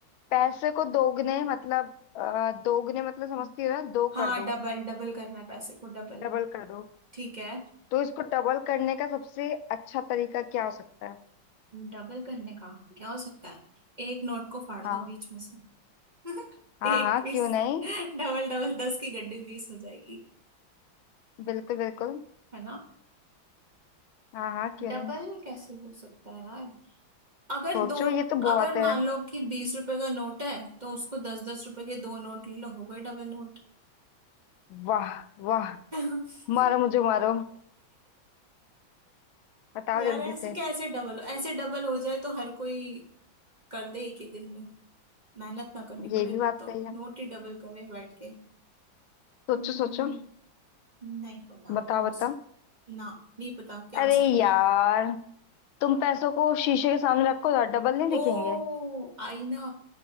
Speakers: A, on the left; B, on the right.
A: पैसे को दोगुने मतलब अ, दोगुने मतलब समझती हो ना दो
B: हाँ
A: कर दो
B: डबल डबल करना है पैसे को डबल
A: डबल कर दो
B: ठीक है
A: तो इसको डबल करने का सबसे अच्छा तरीका क्या हो सकता है
B: डबल करने का क्या हो सकता है एक नोट को फाड़
A: हाँ
B: दो बीच में से <laughs>
A: हाँ
B: एक
A: हाँ
B: बीस
A: क्यों नहीं
B: डबल डबल दस की गड्डी बीस हो जाएगी
A: बिल्कुल बिल्कुल
B: है ना
A: हाँ हाँ क्यों
B: डबल
A: नहीं
B: कैसे हो सकता है यार अगर
A: सोचो
B: दो
A: ये तो बहुत
B: अगर
A: है
B: मान लो कि बीस रुपए का नोट है तो उसको दस दस रुपए के दो नोट ले लो हो गए डबल नोट
A: वाह वाह
B: <laughs>
A: मारो मुझे मारो बताओ
B: यार
A: जल्दी
B: ऐसे
A: से
B: कैसे डबल ऐसे डबल हो जाए तो हर कोई कर दे एक ही दिन में मेहनत ना करनी
A: ये
B: पड़े
A: भी बात
B: फिर तो
A: सही है
B: नोट ही डबल करे बैठ के
A: सोचो
B: Hmm,
A: सोचो
B: नहीं पता
A: बताओ
B: क्या हो
A: बताओ
B: सकता ना नहीं पता क्या
A: अरे
B: हो सकता
A: यार
B: है
A: तुम पैसों को शीशे के सामने रखो डबल नहीं दिखेंगे
B: ओ आईना